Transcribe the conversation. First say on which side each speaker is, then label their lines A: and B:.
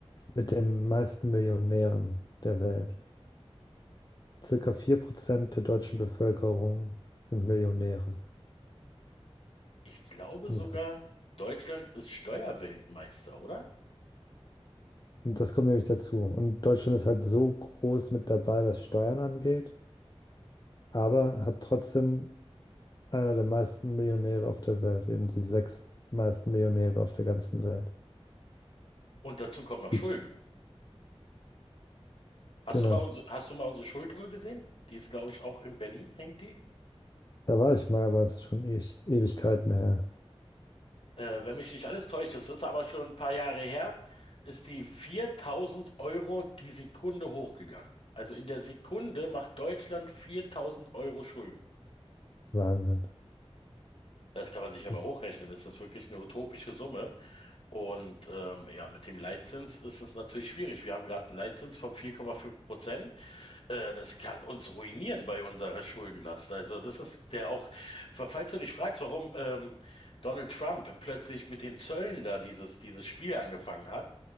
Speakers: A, on the left; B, on the left.
A: Mit den meisten Millionären der Welt. Circa 4% der deutschen Bevölkerung sind Millionäre.
B: Ich glaube
A: Und
B: sogar,
A: das,
B: Deutschland ist Steuerweltmeister, oder?
A: und das kommt nämlich dazu. Und Deutschland ist halt so groß mit dabei, was Steuern angeht, aber hat trotzdem einer der meisten Millionäre auf der Welt, eben die sechs meisten Millionäre auf der ganzen Welt.
B: Und dazu kommen noch
A: Die,
B: Schulden. Hast
A: genau.
B: du mal unsere, hast du mal unsere Schulduhr gesehen? Die ist, glaube ich, auch in Berlin, hängt die?
A: Da war ich mal, aber es ist schon echt Ewigkeiten her.
B: äh, wenn mich nicht alles täuscht, das ist aber schon ein paar Jahre her, ist die 4000 Euro die Sekunde hochgegangen. Also in der Sekunde macht Deutschland 4000 Euro Schulden.
A: Wahnsinn.
B: Das kann man
A: Das
B: sich
A: ist
B: aber
A: echt.
B: hochrechnen. Das ist wirklich eine utopische Summe. Und ähm, ja, mit dem Leitzins ist es natürlich schwierig. Wir haben gerade einen Leitzins von 4,5 Prozent. Äh, das kann uns ruinieren bei unserer Schuldenlast. Also das ist der auch, falls du dich fragst, warum ähm, Donald Trump plötzlich mit den Zöllen da dieses, dieses Spiel angefangen hat,